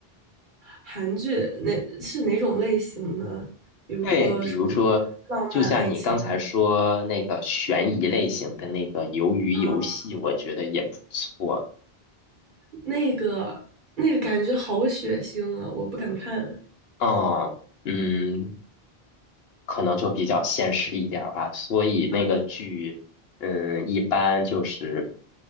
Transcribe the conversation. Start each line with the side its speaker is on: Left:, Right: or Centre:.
Right: 韩剧哪是哪种类型呢？比如说什么
Left: 对，比如说，
Right: 浪漫爱情
Left: 就像你刚才说那个悬疑类型的那个鱿鱼游戏，
Right: 啊？
Left: 我觉得也不错。
Right: 那个那个感觉好血腥啊，我不敢看。
Left: 嗯嗯，可能就比较现实一点儿吧，所以那个剧，
Right: 嗯，
Left: 嗯，一般就是，